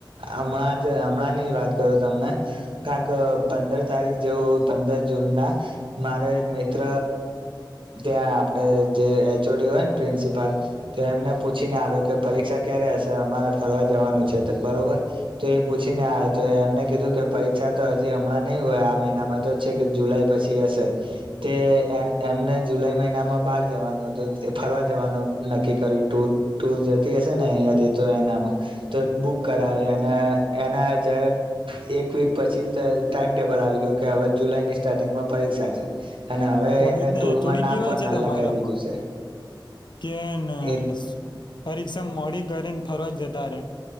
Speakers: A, on the right; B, on the left.
A: હમણાં જ હમણાં ની વાત કરું તમને કારણક પંદર તારીખ જેવું પંદર જૂન ના મારો એક મિત્ર ત્યાં આપડ જે એચ ઓ ડી હોય ને પ્રિન્સિપાલ તો એમને પૂછીને આવ્યો કે પરીક્ષા ક્યારે હશ તો અમારે ફરવા જવાનું છે બરોબર તો એ પૂછીને આવ તો એમને કીધું કે પરીક્ષા તો હજી હમણાં નહીં હોય આ મહિનામાં તો છે કે જુલાઈ પછી હશે. તે એ એમને જુલાઈ મહિનામાં બાર જવાનું હતું ફરવા જવાનું નક્કી કર્યું ટુર ટુર જતી હશે ને અહીંથી તો એનામાં. તો બુક કરાવી અને એના જયારે એક વીક પછી ટાઈમટેબલ આવી ગયું કે હવે જુલાઈ ની સ્ટાર્ટિંગમાં પરીક્ષા છે. અને હવે
B: કોલેજ
A: એને
B: ને
A: ટૂરમાં
B: એચ ઓ ડી
A: નામ
B: કેવા
A: પણ
B: છે તમારા
A: લખાઈ દીધું
B: પણ
A: છે
B: કે ને
A: એ
B: પરીક્ષા મોડી કરીને ફરવા જતા રે.